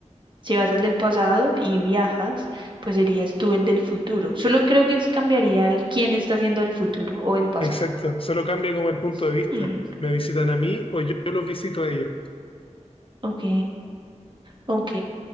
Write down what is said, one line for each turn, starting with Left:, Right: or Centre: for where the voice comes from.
Right: si vas al del pasado y viajas, pues serías tú el del futuro. Solo creo que es- cambiaría el quién está haciendo el futuro o el pasado.
Left: Exacto, solo cambia como el punto de
Right: Hmm,
Left: vista. ¿Me visitan a mí o yo, yo los visito a ellos?
Right: ok, ok.